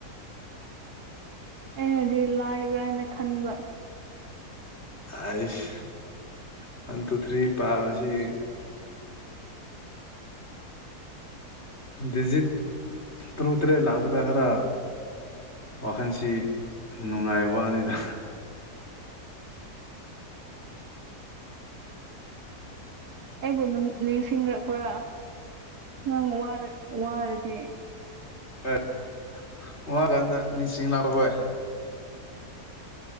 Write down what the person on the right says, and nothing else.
ꯑꯩꯅꯗꯤ ꯂꯥꯏꯕ꯭ꯔꯥꯅ ꯈꯟꯕ
ꯑꯩꯕꯨ ꯅꯪ ꯅꯤꯡꯁꯤꯡꯔꯛꯄ꯭ꯔꯥ ꯅꯪ ꯋꯥꯔꯛ ꯋꯥꯔꯗꯤ